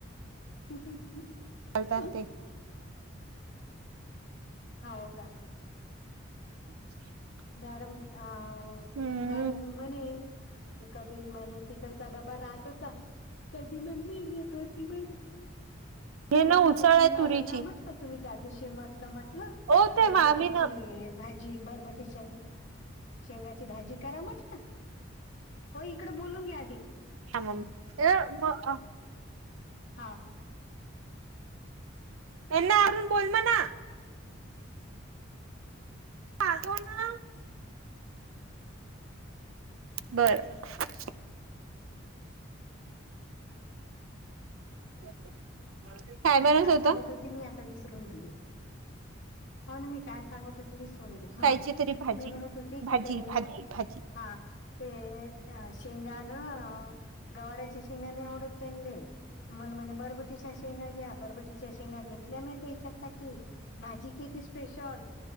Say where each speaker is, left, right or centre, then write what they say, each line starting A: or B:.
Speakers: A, on the left; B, on the right.
A: <unintelligible>
B: करता
A: हो
B: आलते.
A: हो का?
B: <inaudible>
A: मॅडम अ
B: हम्म
A: मॅडम म्हणे कधी म्ह तिकड चा डबा राहत होता. कधी मम्मी देत होती मधी.
B: हे ना
A: मल म
B: उसळ
A: म
B: आहे तुरीची
A: म्या म्हटलं तुम्ही त्या दिवशी म्हटलं म्हटलं
B: ओ ते
A: बरबटीची
B: मामी न
A: भाजी बरबटी शेंग शेंगाची भाजी करा म्हटलं. ओ इकड बोलून घ्या आधी.
B: <unintelligible>
A: हा,
B: एना आवरून बोल म्हणा. <unintelligible>
A: <inaudible>
B: बरं. <inaudible>
A: हां, काय
B: होता
A: सांगत होते मी? आता विसरून गेली. हो ना मी काय सांगत होते विसरून गेली.
B: कायची
A: हा
B: तरी भाजी
A: मी म्हणत होती
B: भाजी
A: कि ते
B: भाजी भाजी.
A: हा, ते शेंगान, गवाराचे शेंगा नही आवडत त्यांले. मल म्हणे बरबटीच्या शेंगा घ्या. बरबटीच्या शेंगा घेतल्या मी त्यायच्यासाठी. भाजी केलती स्पेशल